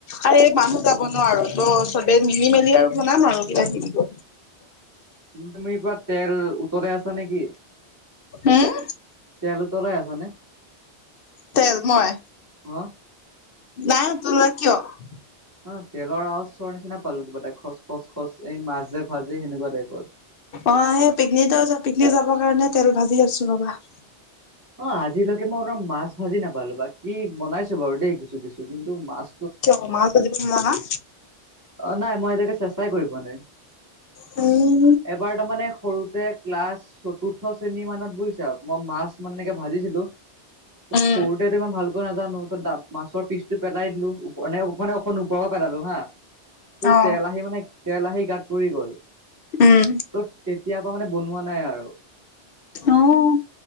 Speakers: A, on the left (about 60°); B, on the right (about 15°).
A: আৰে মানুহ যাব ন আৰু ত' চবে মিলি মেলি আৰু বনাম আৰু কিবা কিবি কৈ।
B: তুমটুমৰিৰ পৰা তেল উতলাই আছা নেকি?
A: হম
B: তেল উতলাই আছা নে?
A: তেল মই
B: হ
A: নাই তোলা কিয়? <unintelligible>
B: অ তেলৰ আৱজ চৰ নিচিনা পালোঁ কিবা এটা খচ খচ খচ এই মাছ যে ভাজে সেনেকুৱা টাইপৰ
A: অ সেই পিকনিত পিকনিক যাবৰ কাৰণে তেল ভাজি আছো ৰবা।
B: অ আজিলৈকে মই তোমাৰ মাছ ভাজি নাপালো বাকী বনাইছো বাৰু দেই কিছু কিছু কিন্তু মাছ
A: কিয় মাছ ভাজিব নোৱাৰা
B: অ নাই মই এতিয়াকে চেষ্টাই কৰি পোৱা নাই
A: উম
B: এবাৰ তাৰমানে সৰুতে ক্লাছ চতুৰ্থ শ্ৰেণী মানত বুজিছা মই মাছ মানে এনেকে ভাজিছিলোঁ সৰুতেতো
A: উম
B: ইমান ভালকৈ নাজানো তাৰপাছত ডা মাছৰ পিচটো পেলাই দিলোঁ ওপৰ নে মানে এনে অকণ ওপৰৰ পৰা পেলালো হা। ত'
A: অ
B: তেল আহি মানে, তেল আহি গাত পৰি গ'ল,
A: উম
B: ত' তে তেতিয়া পৰা মানে বনোৱা নাই আৰু।
A: অ'